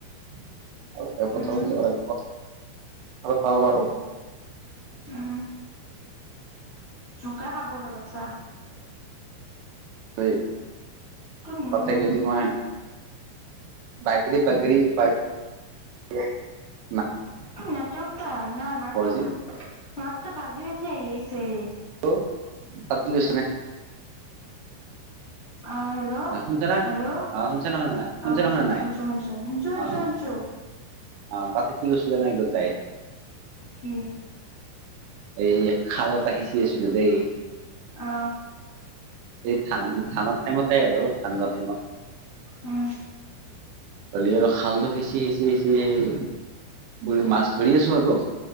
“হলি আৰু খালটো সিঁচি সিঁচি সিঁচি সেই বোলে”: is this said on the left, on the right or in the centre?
Right